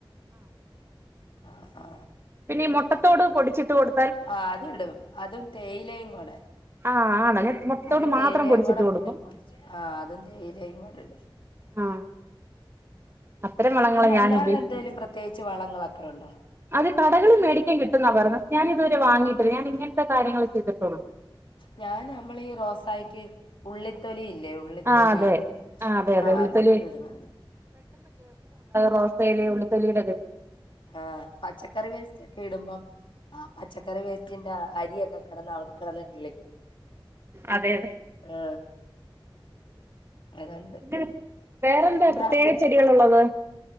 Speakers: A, on the left; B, on the right.
A: ആഹാ
B: പിന്നെ ഈ മു ട്ട തോട് പൊടിച്ചു ഇട്ട് കൊട്
A: ആ അതിടും അതും തേയിലയും കൂടെ
B: ആഹ് ആണോ ഞാൻ മുട്ടത്തോട്
A: അതും തേയിലയും
B: മാത്രം പൊടിച്ചിട്ട്
A: കൂടെ
B: കൊടുക്കും
A: പിന്നെ പൊടിച്ചു അതും തേയിലയും കൂടിടും
B: അ അത്തരം വളങ്ങള
A: പിന്നെ അല്ലാതെ
B: ഞാൻ ഉപയോഗിക്കുന്നെ
A: എന്തേലും പ്രത്യേകിച്ച് വളങ്ങളൊക്കെ ഉണ്ടോ
B: അത് കടകളിന്ന് മേടിക്കാൻ കിട്ടുന്ന പറയുന്നേ ഞാൻ ഇത് വരെ വാങ്ങിട്ടില്ല ഞാൻ ഇങ്ങനത്തെ കാര്യങ്ങള് ചെയ്തിട്ട് ഉള്ളൂ
A: ഞാൻ നമ്മളെ ഈ റോസായിക്ക് ഉള്ളി തൊലി ഇല്ലേ ഉള്ളിതൊലി
B: ആഹ് അതെ ആഹ് അതെ
A: ആ
B: അതെ ഉള്ളിത്തൊലി
A: അതാ ഇടുന്നെ
B: റോസേല് ഉള്ളി തൊലിടെ
A: ആ പച്ചക്കറി വേസ്റ്റ് ഒക്കെ ഇടുംബം ആ പച്ചക്കറി വേസ്റ്റ് <unintelligible> അരി ഒക്കെ കടന്ന് അവിടെ കിടന്ന് <unintelligible>
B: അതെ അതെ
A: ആ അതോണ്ട്
B: പിന്നെ വേറെന്താ
A: പിന്ന
B: പ്രത്യേക ചെടികളുള്ളത്